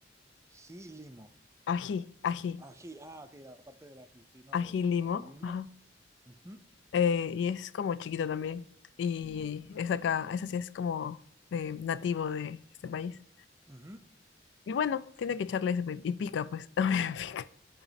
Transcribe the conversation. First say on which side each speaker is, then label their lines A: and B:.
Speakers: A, on the right (about 15°); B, on the left (about 70°).
A: ají limo,
B: Ají, ají,
A: Ají. Ah, ok, la parte del ají, sí, ¿no?
B: ají
A: De
B: limo.
A: jilimo.
B: Ajá.
A: Ujú,
B: Eh, y es como chiquito también. Y es acá, eso sí es como eh, nativo de este país.
A: ujú.
B: Y bueno, tiene que echarle ese, pe- y pica, pues, <laughs> también pica.